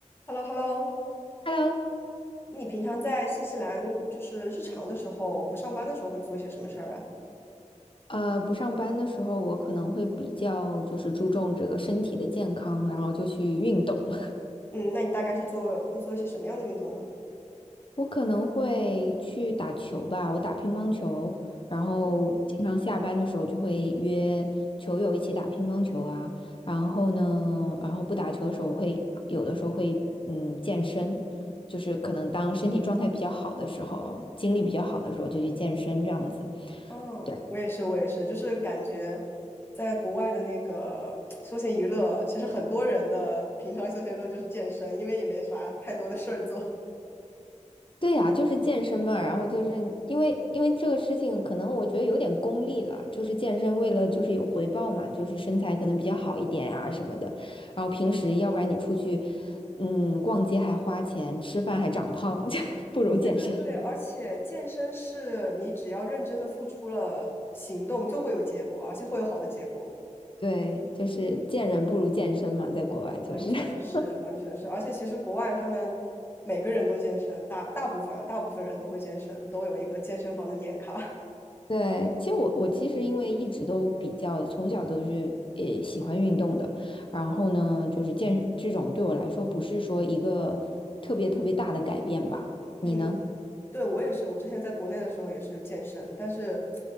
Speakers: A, on the left; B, on the left.
A: h e l l o h e l l o
B: Hello，
A: 你平常在新西兰就是日常的时候，不上班的时候会做些什么事儿啊？
B: 呃，不上班的时候，我可能会比较就是注重这个身体的健康，然后就去运动。<laughs>
A: 嗯，那你大概是做会做一些什么样的运动呢？
B: 我可能会去打球吧，我打乒乓球，然后经常下班的时候就会约球友一起打乒乓球啊。
A: 嗯，
B: 然后呢，然后不打球的时候会有的时候会嗯健身，就是可能当身体状态比较好的时候，精力比较好的时候就去健身这样子。
A: 嗯，
B: 对。
A: 我也是，我也是，就是感觉在国外的那个休闲娱乐，其实很多人的平常休闲娱乐就是健身，因为也没啥太多的事儿做。
B: 对呀，就是健身嘛，然后就是因为因为这个事情，可能我觉得有点功利了，就是健身为了就是有回报嘛，就是身材可能比较好一点呀、什么的，然后平时要不然你出去，嗯，逛街还花钱，吃饭还长胖，<laughs> 就不如健身。
A: <laughs> 对对对，而且健身是你只要认真的付出了行动，就会有结果，而且会有好的结果。
B: <laughs> 对，就是见人不如健身嘛，在国外就是。
A: 完全是，
B: <laughs>
A: 完全是，而且其实国外他们每个人都健身，大大部分啊，大部分人都会健身，都有一个健身房的年卡。<laughs>
B: 对，其实我我其实因为一直都比较从小都是呃喜欢运动的，然后呢，就是健这种对我来说不是说一个特别特别大的改变吧？你呢？
A: 嗯，对，我也是，我之前在国内的时候也是健身，但是